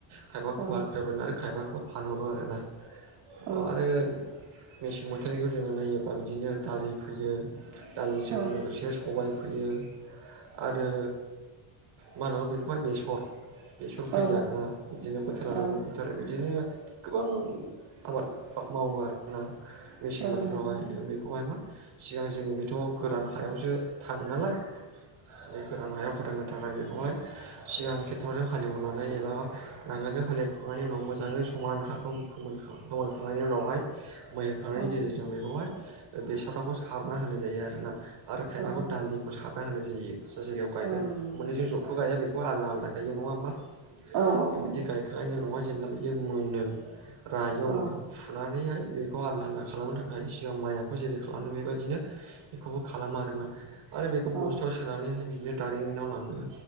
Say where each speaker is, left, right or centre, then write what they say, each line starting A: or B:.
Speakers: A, on the right; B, on the right.
A: खायफाखौ
B: औ
A: बाल आरो खाया बे फानहरो आरोना
B: औ
A: आरो मेसें बोथोरनिखौ जोङो नायोबा बिदिनो दालि फोयो दालिजों
B: औ
A: लोगोसे सबाय फोयो आरो मा होनांगौ बेखौहाय बेसर बेसर फैयो
B: औ
A: आरोना बिदिनो बोथोर लानानै
B: औ
A: बोथोर बिदिनो इदिनो गोबां आबाद मावो आरोना मेसें
B: औ
A: बोथोरावहाय
B: नंगौ नोंथां
A: बेखौहाय मा सिगां जोङो बेथ' गोरान हायावसो थाङो नालाय बे गोरान हायाव गोोदां थाखाय बेखौहाय सिगां खेथरजों हालेवनानै एबाा नांगोलजों हालेवखांनायनि उनाव मोजाङै समान हाखौ फोमोनखांनायनि उनावहाय मै होखांनायनि
B: औ
A: गेजेरजों बेखौहाय बे सराखौ सारना होनाय जायो आरोना आरो खायफाखौ
B: औ
A: दालिखौ सारना होनाय जायो जाय जायगायाव गायगोन
B: औ नंगौ नोंथां
A: मोननैजों जबथ' गाया बेखौ आलदा आलादा गायो नङा होमबा
B: औ औ
A: बे
B: नंगौ
A: बिदि गायखांनायनि उनावहाय जेब्ला बियो मोनो रायो अब्ला
B: औ
A: बेखौ फुनानैहाय बेखौ आलदा आलदा खालामनो थाखाय सिगां माइखौ जेरै खालामदों बेबायदिनो बेखौबो खालामो आरोना आरो बेखौ
B: औ
A: बस्थाव सोनानैहाय बिदिनो दारिमिनाव लाङो